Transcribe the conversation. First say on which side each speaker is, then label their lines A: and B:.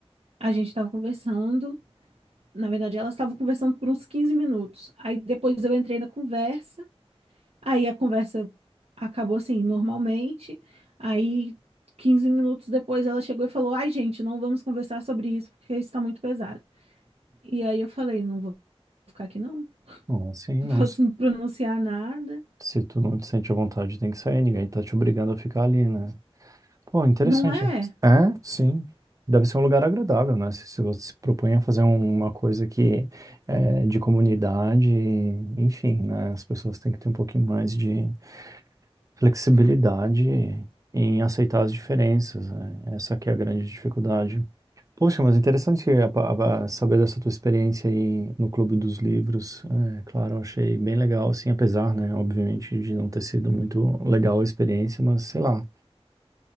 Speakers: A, on the right; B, on the right.
A: a gente estava conversando. Na verdade, elas estavam conversando por uns 15 minutos. Aí depois eu entrei na conversa. Aí a conversa acabou assim, normalmente. Aí, 15 minutos depois, ela chegou e falou: Ai, gente, não vamos conversar sobre isso porque isso está muito pesado. E aí eu falei: Não vou ficar aqui, não. <laughs>
B: Não, assim,
A: Não
B: não.
A: posso
B: Se
A: me pronunciar nada.
B: se tu não te sente à vontade, tem que sair. Ninguém tá te obrigando a ficar ali, né? Pô, interessante.
A: Não é?
B: É, sim. Deve ser um lugar agradável, né? Se, se você se propõe a fazer um- uma coisa que é de comunidade, enfim, né? As pessoas têm que ter um pouquinho mais de flexibilidade em aceitar as diferenças, né? Essa que é a grande dificuldade. Poxa, mas interessante a pa- a- saber dessa tua experiência aí no Clube dos Livros. É, claro, eu achei bem legal, assim, apesar, né, obviamente, de não ter sido muito legal a experiência, mas sei lá.